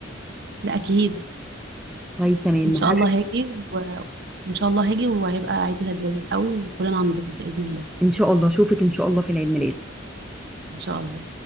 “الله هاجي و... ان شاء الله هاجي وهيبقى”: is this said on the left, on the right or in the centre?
Right